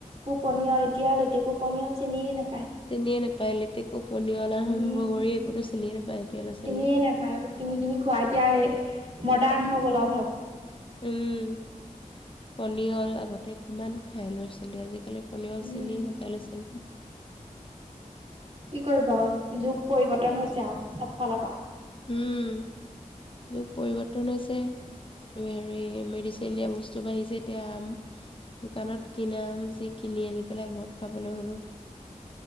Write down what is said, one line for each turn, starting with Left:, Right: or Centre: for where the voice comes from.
Right: পনিয় এতিয়া লেতেকু পনিয়ল চিনিয়ে নাপ
Left: চিনিয়ে নাপায়, লেটেকু, পনিয়ল, আহোম
Right: উম
Left: বগৰী এইবোৰো চিনিয়ে নাপায়। এতিয়া ল'ৰা ছোৱালীয়ে।
Right: চিনিয়ে নাপায়, কিনি কিনি খোৱা এতিয়া মডাৰ্ণ হ <unintelligible>
Left: উম, পনিয়ল আগতে কিমান খাই ল'ৰা ছোৱালী আজি <unintelligible> পনিয়ল
Right: উম
Left: চিনিয়ে নাপায় লৰা ছোৱালী
Right: কি কৰিব আৰু, যুগ পৰিবৰ্তন হৈছে। <unintelligible> চবফালৰ পা।
Left: উম, যুগ পৰিৱৰ্তন হৈছে হেৰি মেডিচিন দিয়া বস্তু বাঢ়িছে, এতিয়া আম, দোকানত কিনা আম যি কিনি আনি পেলাই ঘৰত খাবলৈ হলো